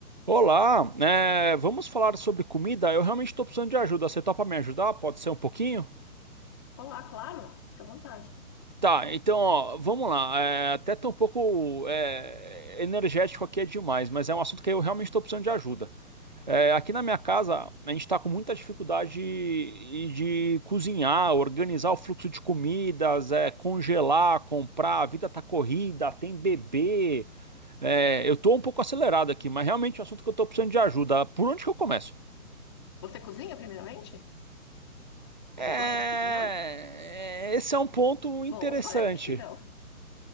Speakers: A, on the right; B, on the left.
A: Olá, é, vamos falar sobre comida? Eu realmente estou precisando de ajuda. Você topa me ajudar? Pode ser um pouquinho?
B: Olá, claro, fica à vontade.
A: Tá, então, ó, vamos lá. É, até tô um pouco é, energético aqui é demais, mas é um assunto que eu realmente estou precisando de ajuda. É, aqui na minha casa, a gente está com muita dificuldade de, de cozinhar, organizar o fluxo de comidas, é, congelar, comprar. A vida tá corrida, tem bebê. É, eu tô um pouco acelerado aqui, mas realmente é um assunto que eu estou precisando de ajuda. Por onde que eu começo?
B: Você cozinha, primeiramente?
A: É,
B: Você gosta de cozinhar?
A: é, esse é um ponto interessante.
B: Bom, <laughs> parece que não.